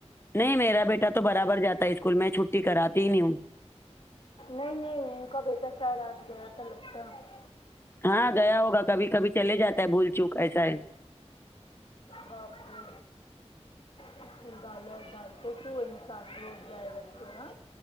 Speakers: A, on the left (about 20°); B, on the left (about 50°).
A: نہیں میرا بیٹا تو برابر جاتا ہے اسکول میں چھٹی کراتی ہی نہیں ہوں
B: نہیں نہیں ان کا بیٹا شاید آج گیا تھا لگتا ہے
A: ہاں گیا ہوگا کبھی کبھی چلے جاتا ہے بھول چوک ایسا ہے
B: باپ رے چک دالا ڈال تو کیوں سینڈوچ جائے توہ ہاں